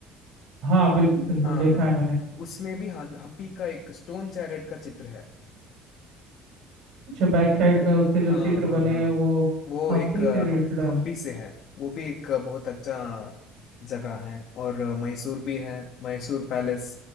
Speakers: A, on the right; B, on the left.
A: हाँ बिल्कुल बिल्कुल
B: हाँ
A: देखा
B: हाँ
A: है मैंने
B: उसमें भी हं- हम्पी का एक स्टोन चैरेट का चित्र है
A: अच्छा बैक साइड में उसके
B: हाँ
A: जो चित्र
B: हाँ
A: बने
B: हाँ
A: हैं वो
B: वो
A: हम्पी
B: एक अ,
A: से रिलेटेड
B: हम
A: है
B: हम्पी से है वो भी एक अ, बहुत अच्छा जगह है और अ, मैसूर भी है मैसूर पैलेस